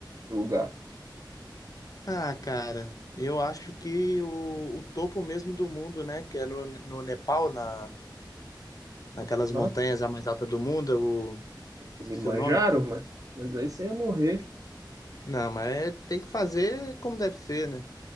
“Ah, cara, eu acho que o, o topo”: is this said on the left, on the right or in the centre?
Left